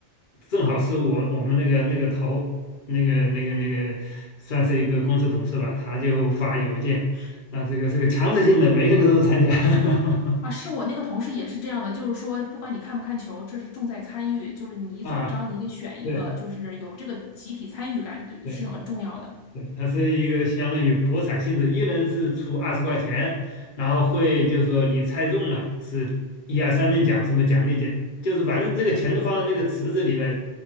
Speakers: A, on the left; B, on the left.
A: 正好是我我们那个那个头那个那个那个算是一个公司董事吧，他就发邮件，那这个这个强制性的每个人都参加 <laughs>
B: 啊，是我那个同事也是这样的，就是说，不管你看不看球，这是重在参与，就是你怎么着，
A: 啊，
B: 你得选一个，
A: 对。
B: 就是有这个集体参与感，对，
A: 对
B: 是很重要的。
A: 对，它是一个相当于博彩性质，一人是出二十块钱，然后会就是说你猜中了是一二三等奖什么奖励奖，就是反正这个钱都放在那个池子里边，